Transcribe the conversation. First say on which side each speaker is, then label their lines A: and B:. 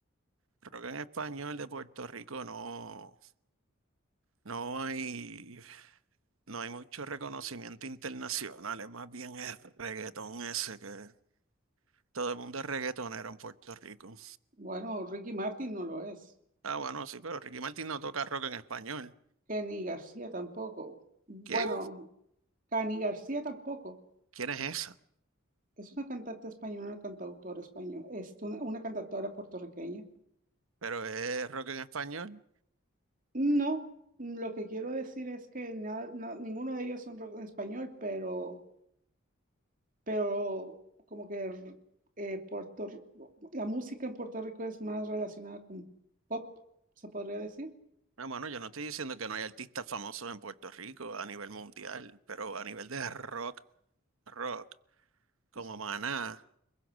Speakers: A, on the right; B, on the right.
A: Creo que en español de Puerto Rico no, no hay, no hay mucho reconocimiento internacional, es más bien el reggaetón ese que todo el mundo es reggaetonero en Puerto Rico.
B: Bueno, Ricky Martin no lo es.
A: Ah, bueno, sí, pero Ricky Martin no toca rock en español.
B: Kenny García tampoco. Bueno,
A: ¿Quién?
B: Cani García tampoco.
A: ¿Quién es esa?
B: Es una cantante española, una cantautora española, es una, una cantautora puertorriqueña.
A: Pero es rock en español.
B: No, lo que quiero decir es que na- na- ninguno de ellos son rock en español, pero, pero como que eh, Puerto R- la música en Puerto Rico es más relacionada con pop, se podría decir.
A: Ah, bueno, yo no estoy diciendo que no hay artistas famosos en Puerto Rico a nivel mundial, pero a nivel de rock, rock, como
B: S-
A: Maná,